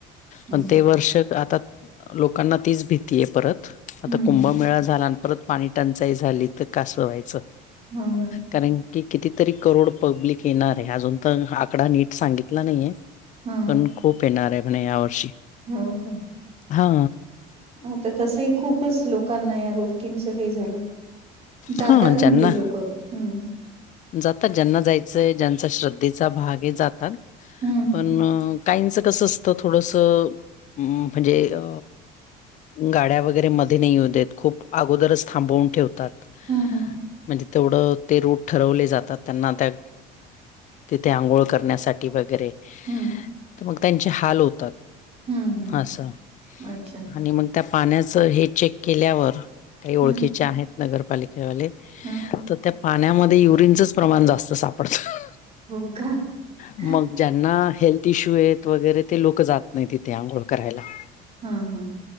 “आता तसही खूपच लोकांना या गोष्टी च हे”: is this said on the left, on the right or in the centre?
Right